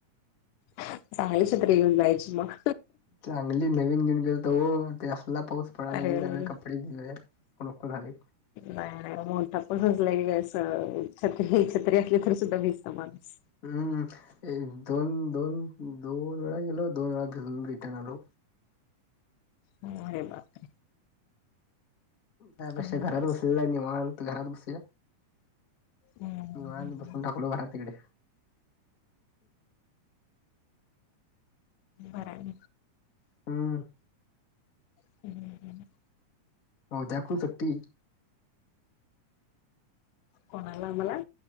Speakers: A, on the left (about 85°); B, on the left (about 30°).
A: चांगली छत्री घेऊन जायची मग
B: चांगली नवीन घेऊन गेलतो हो ते असला पाऊस पळाले
A: अरे
B: गेले
A: अरे
B: ना कपडे सगळे नको झाले.
A: नाही नाही बोलता पण रुजल गेल असं छत्री छत्रीत असले सुद्धा भिजत माणूस
B: हम् दोन दोन दोन वेळा गेलो दोन वेळा घेऊून रिटर्न आलो.
A: होय बात
B: त्यापेक्षा
A: अवघडच
B: घरात बसेलल निवांत घरात बसलेल
A: हम्म
B: डोळ्यात बसून टाकवलो घरात तिकडे
A: बराय <unintelligible>
B: ह <unintelligible>
A: ह <unintelligible>
B: हो त्यातपन सुट्टी
A: कोणाला मला